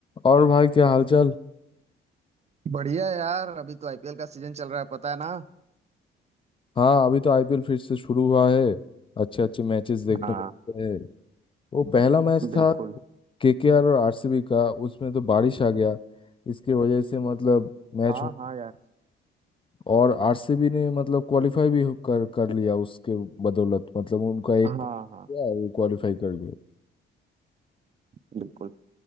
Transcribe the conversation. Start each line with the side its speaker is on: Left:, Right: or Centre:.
Left: और भाई क्या हालचाल
Right: बढ़िया यार अभी तो आईपीएल का सीजन चल रहा है पता है ना
Left: हाँ अभी तो आईपीएल फिर से शुरू हुआ है अच्छे अच्छे मैचेस देखने
Right: हाँ
Left: को मिलते हैं वो पहला मैच
Right: बिल्कुल
Left: था केकेआर और आरसीबी का उसमें तो बारिश आ गया इसके वजह से मतलब मैच
Right: हाँ
Left: हो
Right: हाँ यार
Left: और आरसीबी ने मतलब क्वालिफाई भी हो- कर कर लिया उसके बदौलत मतलब उनका एक
Right: हाँ
Left: गया
Right: हाँ
Left: वो क्वालिफाई कर गए
Right: बिल्कुल